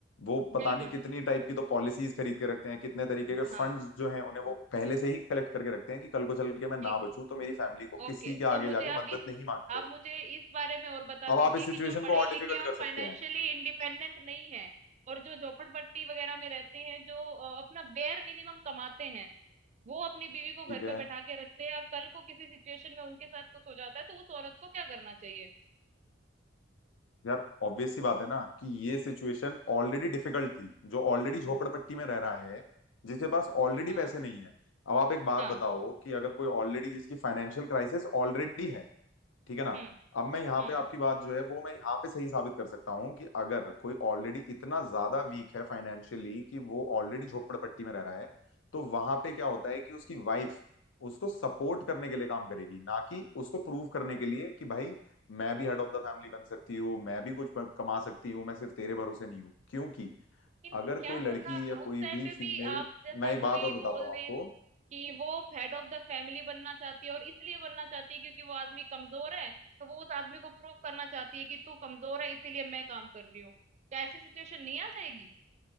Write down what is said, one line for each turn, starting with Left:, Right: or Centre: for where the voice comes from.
Left: वो पता
Right: बिल्कुल
Left: नहीं कितनी टाइप की तो पॉलिसीज खरीद के रखते हैं कितने तरीके के
Right: हाँ
Left: फंड्स जो हैं उन्हें वो पहले से ही कलेक्ट करके रखते हैं कि कल को चल के मैं ना
Right: ठीक
Left: बचूं तो मेरी फैमिली को
Right: ओके
Left: किसी के
Right: तो
Left: आगे
Right: मुझे
Left: जाके
Right: आप
Left: मदद
Right: इस
Left: नहीं मांगनी
Right: आप
Left: पड़ेगी
Right: मुझे इस बारे में और बता
Left: अब
Right: दीजिए
Left: आप इस सिचुएशन
Right: कि जो पढ़े
Left: को और
Right: लिखे
Left: डिफिकल्ट
Right: और
Left: कर सकते
Right: फाइनेंशियली
Left: हैं
Right: इंडिपेंडेंट नहीं है और जो झोपड़पट्टी वगैरह में रहते हैं जो अ, अपना बेयर मिनिमम कमाते हैं वो अपनी बीवी को
Left: ठीक
Right: घर पे
Left: है
Right: बैठा के रखते हैं और कल को किसी सिचुएशन में उनके साथ कुछ हो जाता है तो उस औरत को क्या करना चाहिए
Left: यार ऑब्वियस सी बात है ना कि ये सिचुएशन ऑलरेडी डिफिकल्ट थी जो ऑलरेडी झोपड़पट्टी में रह रहा है जिसके पास ऑलरेडी
Right: हाँ
Left: पैसे नहीं है अब आप एक बात
Right: हाँ
Left: बताओ कि अगर कोई ऑलरेडी जिसकी फाइनेंशियल क्राइसिस ऑलरेडी है ठीक है ना
Right: हम्म
Left: अब मैं यहाँ
Right: हम्म
Left: पे आपकी बात जो है वो मैं यहाँ पे सही साबित कर सकता हूँ कि अगर कोई ऑलरेडी इतना ज्यादा वीक है फाइनेंशियली कि वो ऑलरेडी झोपड़पट्टी में रह रहा है तो वहां पे क्या होता है कि उसकी वाइफ उसको सपोर्ट करने के लिए काम करेगी ना कि उसको प्रूव करने के लिए कि भाई मैं भी हेड ऑफ द फैमिली बन सकती हूँ मैं भी कुछ कमा सकती हूँ मैं सिर्फ तेरे भरोसे नहीं हूँ क्योंकि
Right: लेकिन
Left: अगर
Right: क्या
Left: कोई लड़की
Right: पता
Left: या
Right: उस
Left: कोई
Right: टाइम
Left: भी
Right: पे भी
Left: फीमेल
Right: आप जैसा
Left: मैं एक बात
Right: कोई
Left: और बताता
Right: बोल
Left: हूँ
Right: दे
Left: आपको
Right: कि वो हेड ऑफ द फैमिली बनना चाहती है और इसलिए बनना चाहती है क्योंकि वो आदमी कमजोर है तो वो उस आदमी को प्रूव करना चाहती है कि तू कमजोर है इसीलिए मैं काम कर रही हूँ क्या ऐसी सिचुएशन नहीं आ जाएगी